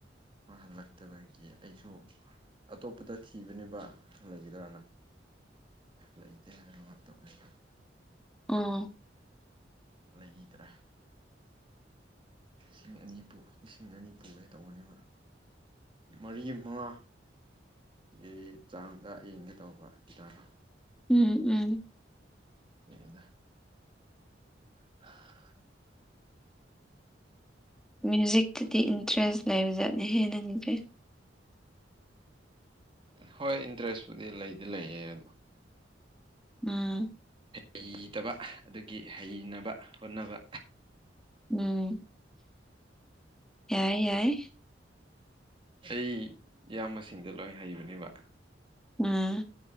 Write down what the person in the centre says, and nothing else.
ꯎꯝ
ꯎꯝ ꯎꯝ
ꯃ꯭ꯌꯨꯖꯤꯛꯇꯗꯤ ꯏꯟꯇꯔꯦꯁ ꯂꯩꯕꯖꯥꯠꯅꯤ ꯍꯦ ꯅꯪ ꯖꯦ
ꯎꯝ
ꯎꯝ ꯌꯥꯏ ꯌꯥꯏ
ꯎꯝ